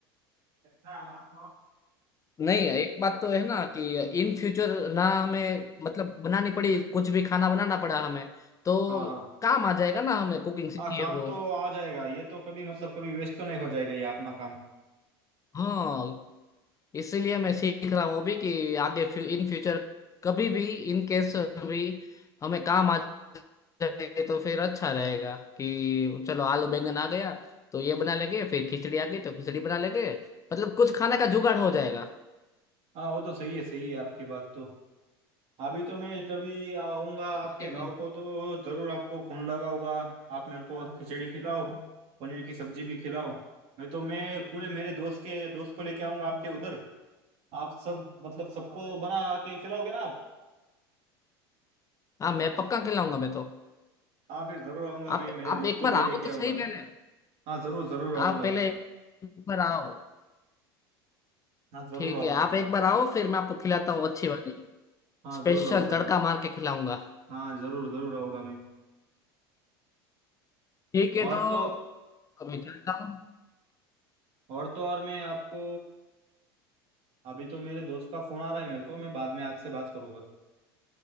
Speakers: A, on the right; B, on the left.
A: हाँ
B: नहीं एक बात तो है ना कि इन फ्यूचर ना हमें मतलब बनानी पड़ी कुछ भी खाना बनाना पड़ा हमें तो
A: हाँ
B: काम आ जाएगा ना हमें कुकिंग सीखी
A: हाँ काम
B: है वो
A: तो आ जाएगा ये तो कभी मतलब कभी वेस्ट तो नहीं हो जाएगा ये अपना काम
B: हाँ इसीलिए मैं सीख रहा हूँ अभी कि आगे फ्यू, इन फ्यूचर कभी भी इन केस भी हमें काम आ जाए तो फिर अच्छा रहेगा कि चलो आलू बैंगन आ गया तो ये बना लेंगे फिर खिचड़ी आ गई तो खिचड़ी बना लेंगे मतलब कुछ खाने का जुगाड़ हो जाएगा
A: हाँ वो तो सही है सही है आपकी बात तो अभी तो मैं कभी आऊंगा आपके
B: इसीलिए
A: गांव को तो जरूर आपको फोन लगाऊंगा आप मेरे को खिचड़ी खिलाओ पनीर की सब्जी भी खिलाओ नहीं तो मैं पूरे मेरे दोस्त के दोस्त को लेके आऊंगा आपके उधर आप सब मतलब सबको बना के खिलाओगे ना आप
B: हाँ मैं पक्का खिलाऊंगा मैं तो
A: हाँ फिर जरूर आऊंगा मैं
B: आप
A: मेरे दोस्त
B: आप एक
A: को
B: बार
A: भी
B: आओ
A: लेके
B: तो
A: आऊंगा
B: सही पहले
A: हाँ जरूर जरूर आऊंगा
B: आप पहले एक बार आओ
A: हाँ जरूर
B: ठीक
A: आऊंगा
B: है आप एक बार आओ फिर मैं आपको खिलाता हूँ अच्छी वाली
A: हाँ
B: स्पेशल
A: जरूर आऊंगा
B: तड़का मार के खिलाऊंगा
A: हाँ जरूर जरूर आऊंगा मैं
B: ठीक है
A: और
B: तो
A: तो
B: अभी चलता हूँ
A: और तो और मैं आपको अभी तो मेरे दोस्त का फोन आ रहा है मेरे को मैं बाद में आपसे बात करूंगा